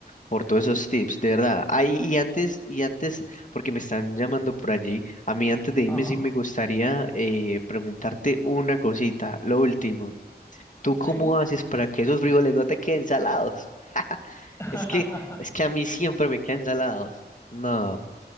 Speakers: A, on the left; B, on the left.
A: por todos esos tips, de verdad. Ay, y antes, y antes, porque me están llamando por allí, a mí antes de irme
B: Ajá,
A: sí me gustaría eh, preguntarte una cosita, lo último. ¿Tú
B: sí.
A: cómo haces para que esos frijoles no te queden salados?
B: <laughs>
A: Es que, es que a mí siempre me quedan salados. No.